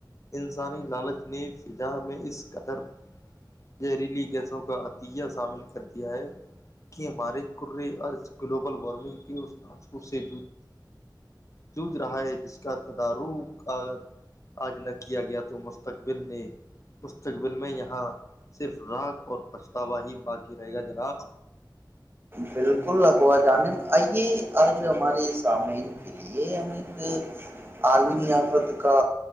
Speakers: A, on the left; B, on the right.
A: انسانی لالچ نے فضا میں اس قدر زہریلی کا عطیہ شامل کر دیا ہے کہ ہمارے کر گلوبل وارمنگ کے نج رہا ہے جس کا تدارک اگر آج نہ کیا گیا تو مستقب نے مستقبل میں یہاں صرف راک اور پچھتاوا ہی باقی رہے گا جناب
B: بالکل اکوا جانب آئیے آج ہمارے سامعین کے لیے ہم ایک عالمی آیافت کا